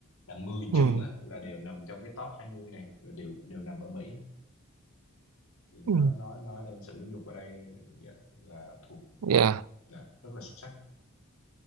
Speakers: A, on the left; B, on the right.
A: là 10 trường
B: ừm,
A: á, là đều nằm trong cái top 20 này là đều đều nằm ở Mỹ thì
B: Ừ.
A: nó nói nói lên sự giáo dục ở đây dạ, là thuộc
B: dạ.
A: dạ, rất là xuất sắc